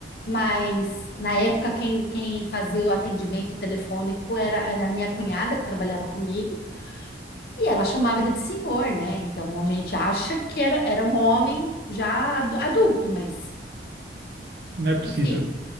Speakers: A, on the left (about 60°); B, on the right (about 60°).
A: mas na época quem, quem fazia o atendimento telefônico era, era a minha cunhada que trabalhava comigo. E ela chamava ele de senhor, né? Então a gente acha que era, era um homem já adu- adulto, mas
B: Não é
A: enfim.
B: possível.